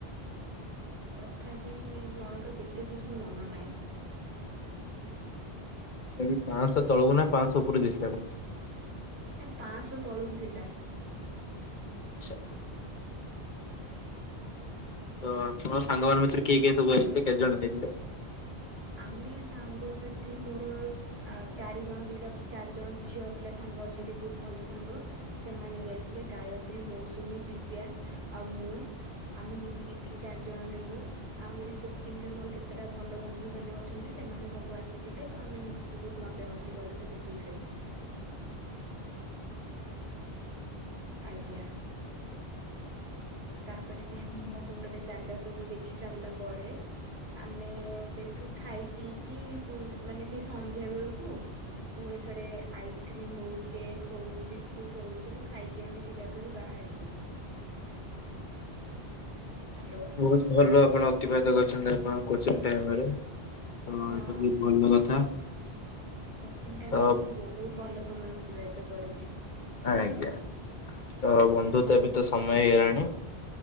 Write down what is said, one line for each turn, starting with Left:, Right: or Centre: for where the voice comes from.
Right: ତଥାପି ଜଣଙ୍କା କେତେ ଦେଇଥିଲୁ ମନେ ନାହିଁ।
Left: ଏବେ ପାଞ୍ଚଶହ ତଳକୁ ନା ପାଞ୍ଚଶହ ଉପରେରୁ ଦେଇଥିଲେ ଆପଣ?
Right: ନାଇଁ ପାଞ୍ଚଶହ ତଳକୁ ଥିଲା।
Left: ଆଛା। ତ ଆପଣ ସାଙ୍ଗ ମାନଙ୍କ ଭିତରୁ କିଏ କିଏ ସବୁ ଆଇଥିଲେ କେତେ ଜଣ ହେଇଥିଲେ?
Right: ଆମେ ସାଙ୍ଗସାଥି ମୋର ଆ ଚାରିଜଣ ଦିଟା ଚାରିଜଣ ଝିଅ ପିଲା ସାଙ୍ଗ ଅ ଛନ୍ତି ବହୁତ୍ ଭଲ ସାଙ୍ଗ। ସେମାନେ ଯାଇଥିଲେ ଗାୟତ୍ରୀ, ମୌସୁମୀ, ଦିବ୍ୟା ଆଉ ମୁଁ। ଆମେ ମିଶିକି ଏତିକି ଚାରି ଜଣ ହେଲୁ, ଆହୁରି କୋଚିଂରେ ମୋର କେତେଟା ଭଲ ଯୋଉମାନେ ଅଛନ୍ତି ସେମାନେ ସବୁ ଆସିଥିଲେ ତ ଆମେ ମିଶିକି ବହୁତ୍ ମଜାମସ୍ତି କଲୁ ସେ ପିକ୍ନିକ୍ ରେ। ଆଜ୍ଞା। ତାପରେ ସେଇ ଭୀମ କୁଣ୍ଡରେ ଜାଗା ସବୁ ଦେଖି ସାରିଲା ପରେ ଆମେ ସେଇଠୁ ଖାଇ ପିଇକି ମାନେ ସେଇ ସନ୍ଧ୍ୟା ବେଳୁକୁ ପୁଣି ଥରେ ଆଇସ୍କ୍ରିମ୍ ହଉ କେକ୍ ହଉ ବିସ୍କୁଟ ହଉ ସବୁ ଖାଇକି ଆମେ ସେ ଜାଗାରୁ ବାହାରିଲୁ, ହାଲୋ।
Left: ବହୁତ୍ ଭଲ ଆପଣ ଅତିବାହିତ କରିଚନ୍ତି ଆପଣଙ୍କ କୋଚିଂ ଟାଇମ୍ ରେ। ତ
Right: ହଁ
Left: ଏଟା ବି ଭଲ କଥା।
Right: କୋଚିଂ ଟାଇମ୍
Left: ତ
Right: ରେ କିନ୍ତୁ ମୁଁ ବହୁତ୍ ଭଲ ସମୟ ଅତିବାହିତ କରିଚି।
Left: ଆଜ୍ଞା ତ ବନ୍ଧୁ ତ ଏବେ ତ ସମୟ ହେଇଗଲାଣି